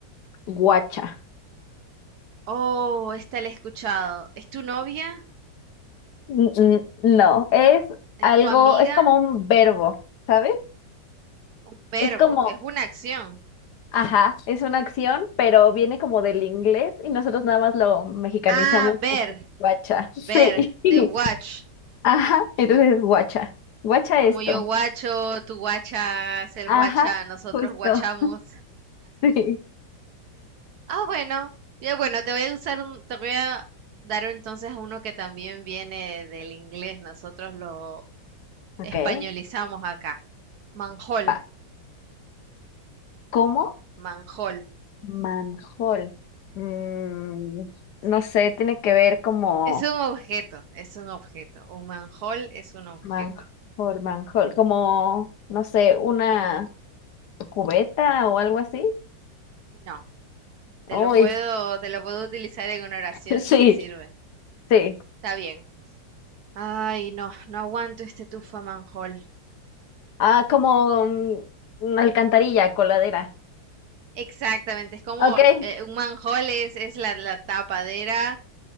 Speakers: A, on the left (about 65°); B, on the right (about 70°).
A: guacha.
B: Oh, esta la he escuchado. ¿Es tu novia?
A: N- n- No, es
B: Eh,
A: algo,
B: ¿Tu amiga?
A: es como un verbo, ¿sabes?
B: Un verbo,
A: Es como,
B: es una acción.
A: ajá, es una acción, pero viene como del inglés y nosotros nada más lo mexicanizamos
B: Ah, ver,
A: como que guacha. Sí,
B: ver,
A: <laughs>
B: the watch.
A: ajá, entonces es guacha. Guacha
B: Como
A: esto.
B: yo guacho, tú guachas, él
A: Ajá,
B: guacha, nosotros
A: justo,
B: guachamos.
A: <laughs> sí.
B: Ah, bueno. Ya, bueno, te voy a usar un, te voy a dar entonces uno que también viene del inglés. Nosotros lo
A: Ok,
B: españolizamos acá. Manjol,
A: va. como
B: manjol,
A: manjol. Mm, no
B: sí.
A: sé, tiene que ver como
B: Es un objeto, es un objeto. Un manjol es un objeto.
A: manjol, manjol, como, no sé, una cubeta o algo así.
B: No, te
A: Uy,
B: lo puedo, te lo puedo utilizar en una oración
A: <laughs> sí,
B: si te sirve.
A: sí.
B: Está bien. Ay, no, no aguanto este tufa manjol.
A: Ah, como mm, una alcantarilla, coladera.
B: Exactamente, es como
A: Ok,
B: eh, un manjol es, es la, la tapadera